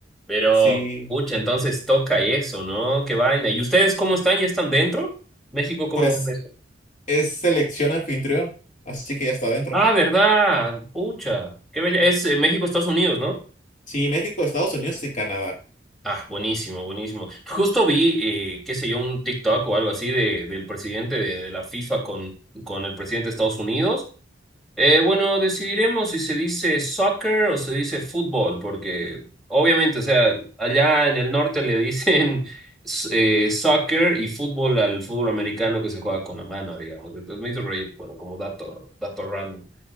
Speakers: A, in the centre; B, on the left.
A: Pero,
B: Sí.
A: pucha, entonces toca eso, ¿no? Qué vaina. ¿Y ustedes cómo están? ¿Ya están dentro? ¿México cómo
B: Pues
A: va en eso?
B: es selección anfitrión, así que ya está dentro.
A: Ah, ¿verdad? Pucha. Qué bella. Es eh, México, Estados Unidos, ¿no?
B: Sí, México, Estados Unidos y Canadá.
A: Ah, buenísimo, buenísimo. Justo vi, eh, qué sé yo, un TikTok o algo así de, del presidente de, de la FIFA con, con el presidente de Estados Unidos. Eh, bueno, decidiremos si se dice soccer o se dice fútbol, porque obviamente, o sea, allá en el norte le dicen <laughs> s- eh, soccer y fútbol al fútbol americano que se juega con la mano, digamos. Entonces me hizo reír, bueno, como dato, dato random,